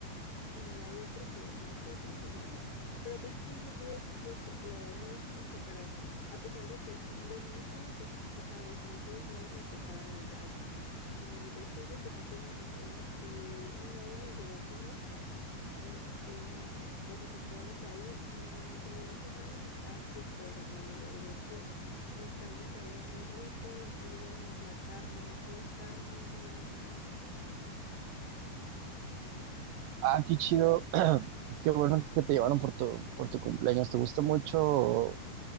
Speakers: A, on the left (about 85°); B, on the right (about 80°).
A: y hay otro que no me acuerdo cómo se llama, pero casi siempre pido esos dos porque la verdad me gusta mucho, pero a pesar de que es lo mismo, pues tú sabes, no en todos lados lo preparan igual. Y de hecho hace poquito en mi cumpleaños fui, mi novio me llevó a comer. este, por mi cumpleaños ahí y me llevó a ese ramen y estaba súper bueno, de verdad que el caldo sabía muy rico, los fideos, la carne, todo estaba muy, muy buena.
B: Ah, qué chido. <clears throat> Qué bueno que te llevaron por tu, por tu cumpleaños. ¿Te gusta mucho